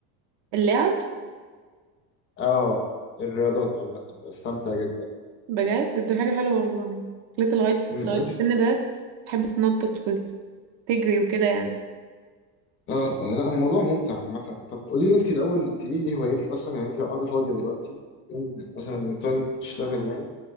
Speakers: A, on the right (about 65°); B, on the left (about 25°).
A: اللعب
B: اه الرياضات عامه بستمتع جدا
A: بجد ده حاجه حلوه والله لسه لغايه في
B: انت
A: لغايه في السن ده تحب تنطط وتجري وكده يعني
B: اه لا الموضوع ممتع عامة طب قولي لي انت الاول انت ايه هواياتك اصلا يعني انت لو قاعده فاضيه دلوقتي يوم مثلا تقعدي تشتغل يعني